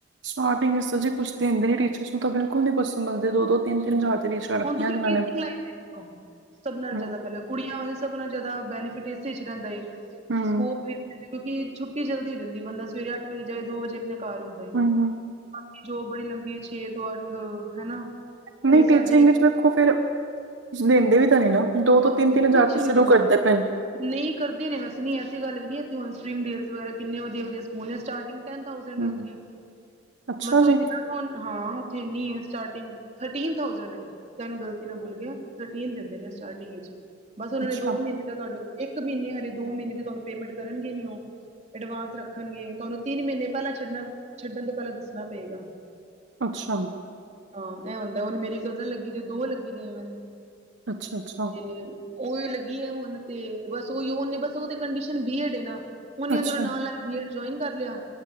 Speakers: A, on the right; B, on the right.
A: ਸਟਾਰਟਿੰਗ ਚ ਜੀ ਕੂਛ ਦਿੰਦੇ ਹੀਨੀ, ਟੀਚਰਸ ਨੂੰ ਤਾਂ ਬਿਲਕੁਲ ਨੀ ਪਸੰਦ ਆਂਦੀ ਦੋ-ਦੋ ਤਿੰਨ-ਤਿੰਨ ਹਜ਼ਾਰ
B: ਹਾਂ
A: ਤੇ ਟੀਚਰਾਂ ਰੱਖੀਆਂ
B: ਹੁਣ ਤੁਸੀਂ
A: ਜਿਨ੍ਹਾਂ
B: ਟੀਚਿੰਗ
A: ਨੇ
B: ਲਾਈਨ ਦੇਖਲੋ ਸਭ
A: ਹੂੰ,
B: ਨਾਲ ਜਾਦਾ ਪੈਲਾਂ ਕੁੜੀਆਂ ਵਾਸਤੇ ਸਭ ਨਾਲ ਜਾਦਾ ਬੈਨੀਫਿਟ ਇਸੇ ਚ ਰੈਂਦਾ ਏ
A: ਹੂੰ, ਹੂੰ,
B: ਸਕੋਪ ਵੀ ਕਿਉਂਕਿ ਛੁੱਟੀ ਜਲਦੀ ਜਾਂਦੀਏ। ਬੰਦਾ ਅੱਠ ਵਜੇ ਜਾਏ ਦੋ ਵਜੇ ਅਪਨੇ ਘਰ ਹੁੰਦਾਏ।
A: ਹੂੰ
B: ਬਾਕੀ ਜੋਬ ਬੜੀ ਲੰਬੀ ਏ ਛੇ ਤੋਂ ਅੱਠ, ਹਨਾ।
A: ਨਈਂ
B: ਤੇ ਸਾਡੇ
A: ਟੀਚਿੰਗ
B: ਏਰੀਏ
A: ਵਿੱਚ ਵੇਖੋ ਫਿਰ ਕੁੱਛ ਦਿੰਦੇ ਵੀ ਤਾਂ ਨਈਂ ਨਾ। ਦੋ ਤੋਂ ਤਿੰਨ ਤਿੰਨ ਹਜ਼ਾਰ
B: ਕੁਛ ਨੀਂ
A: ਸ਼ੁਰੂ
B: ਦਿੰਦੇ।
A: ਕਰਦੇ ਪਏ ਨੇ
B: ਨਈਂ ਕਰਦੇ ਨੇ ਵੈਸੇ ਨਈਂ ਐਸੀ ਗੱਲ ਵੀ ਨਈ, ਐਥੇ ਹੁਣ ਸਪਰਿੰਗ ਡੇਲਸ ਵਗੈਰਾ ਕਿੰਨੇ ਵਧੀਆ-ਵਧੀਆ ਸਕੂਲ ਨੇ ਸਟਾਰਟਿੰਗ ਟੈਨ ਥਾਉਸੈਨੰਦ
A: ਹੂੰ
B: ਅਰਨਿੰਗ
A: ਅੱਛਾ
B: ਬਸ ਉਹੀ
A: ਜੀ
B: ਨਾ। ਹਾਂ, ਓਥੇ ਇਨੀ ਐ ਸਟਾਰਟਿੰਗ, ਥਰਟੀਨ ਥਾਊਜੈਂਡ ਐ। ਟੈਨ ਗਲਤੀ ਨਾਲ ਬੁਲ ਗਿਆ, ਥਰਟੀਨ ਦਿੰਦੇ ਨੇ ਸਟਾਰਟਿੰਗ ਵਿੱਚ। ਬਸ ਓਨਾ
A: ਅੱਛਾ
B: ਨੇ ਦੋ ਮੀਨੇ ਦਾ ਤੁਆਨੂੰ ਇੱਕ ਮੀਨੇ ਹਰੇ ਦੋ ਮੀਨੇ ਦੀ ਤੁਆਨੂੰ ਪੇਮੈਂਟ ਕਰਨਗੇ ਨੀ ਓ। ਐਡਵਾਂਸ ਰੱਖਣਗੇ ਤੁਆਨੂੰ ਤੀਨ ਮੀਨੇ ਪੈਲਾਂ ਛੱਡਣ ਛੱਡਣ ਤੋਂ ਪੈਲਾਂ ਦੱਸਣਾ ਪਏਗਾ।
A: ਅੱਛਾ।
B: ਹਾਂ, ਐ ਹੁੰਦਾ ਹੁਣ ਮੇਰੀ ਕਜ਼ਨ ਲੱਗੀ ਦੇ, ਦੋ ਲੱਗੀ ਦੀਏ ਈਵਨ
A: ਅੱਛਾ ਅੱਛਾ
B: ਤੇ ਓਈ ਲੱਗੀਏ ਹੁਣ ਤੇ ਬਸ ਓਈ ਬਸ ਓ ਕੰਡੀਸ਼ਨ ਬੀਐਡ ਏ ਨਾ। ਓਨੇ
A: ਅੱਛਾ
B: ਅੰਦਰੋਂ ਨਾਲ-ਨਾਲ ਬੀਏਡ ਜੋਇਨ ਕਰ ਲੇਆ।